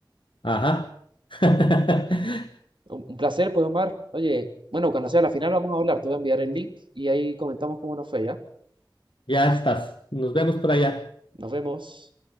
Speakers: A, on the left; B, on the right.
A: Ajá. <laughs>
B: Un, un placer, pues, Omar. Oye, bueno, cuando sea la final vamos a hablar. Te voy a enviar el link y ahí comentamos cómo nos fue, ¿ya?
A: Ya estás. Nos vemos por allá.
B: Nos vemos.